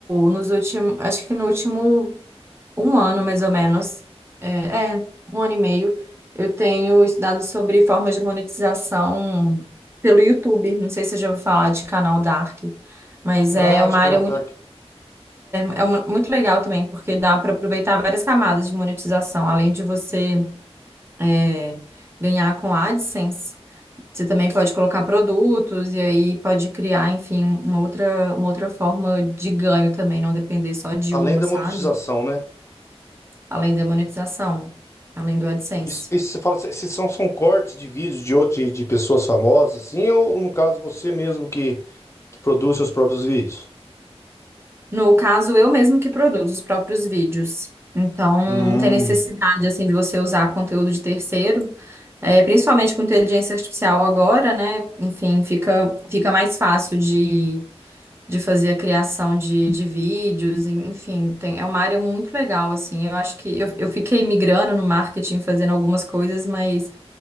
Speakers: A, on the right; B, on the left.
A: nos últimos, acho que no último um ano mais ou menos, é, é, um ano e meio, eu tenho estudado sobre formas de monetização pelo YouTube. Não sei se você já ouviu falar de canal Dark. Mas
B: Ah,
A: é uma
B: de canal
A: área
B: Dark.
A: É uma- muito legal também, porque dá para aproveitar várias camadas de monetização. Além de você é, ganhar com a AdSense, você também pode colocar produtos e aí pode criar, enfim, uma outra, uma outra forma de ganho também, não depender só de
B: Além
A: uma,
B: da
A: sabe?
B: monetização, né?
A: Além da monetização, além do AdSense.
B: Isso, isso você fala, se se são, são cortes de vídeos de outro, de pessoas famosas, assim, ou no caso você mesmo que, que produz seus próprios vídeos?
A: No caso, eu mesmo que produzo os próprios vídeos. Então, não
B: Hum.
A: tem necessidade, assim, de você usar conteúdo de terceiro, É, principalmente com inteligência artificial agora, né? Enfim, fica, fica mais fácil de, de fazer a criação de, de vídeos, enfim, tem- é uma área muito legal, assim. Eu acho que eu, eu fiquei migrando no marketing, fazendo algumas coisas, mas